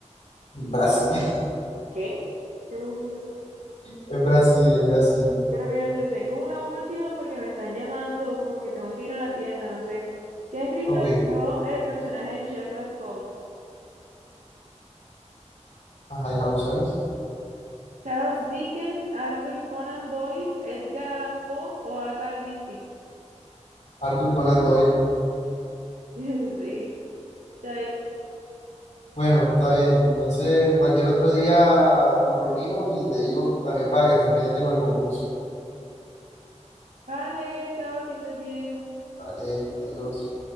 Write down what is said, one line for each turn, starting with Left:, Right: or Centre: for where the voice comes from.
Left: Brasil, <laughs>
Right: ¿Qué? Yo lo juro.
Left: es Brasil, es Brasil.
Right: Pero mira, te tengo una última porque me están llamando, como que tengo que ir a la tienda, no sé. ¿Qué escritor
Left: Ok,
Right: creó el personaje de Sherlock Holmes?
Left: ajá, ¿y las opciones?
Right: Charles Dickens, Arthur Conan Doyle, Edgar Allan Poe o Agatha Christie.
Left: Arthur Conan Doyle.
Right: <laughs> Sí. Chai.
Left: Bueno, está bien. Entonces, cualquier otro día nos reunimos y te digo también para que estés pendiente con el concurso.
Right: Vale, chao, que estés bien.
Left: Vale, adiós.